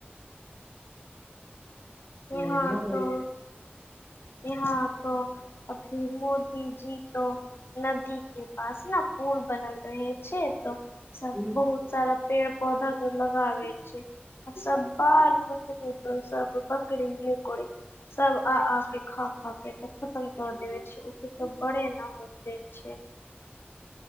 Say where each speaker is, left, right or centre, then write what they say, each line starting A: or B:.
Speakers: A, on the left; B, on the left.
A: अ,
B: इहाँ
A: लोगन
B: तऽ इहाँ तो अभी मोदी जी तो नदी के पास न पूल बनल रहै छै तऽ सब
A: हूँ
B: बहुत सारा पेड़ पौधा तऽ लगाबै छै ओ सब बाल बुतरू तो सब बच् करे को सब आ आ के खा खा के खतम कर देबै छै ओकर तऽ बड़े न होते छै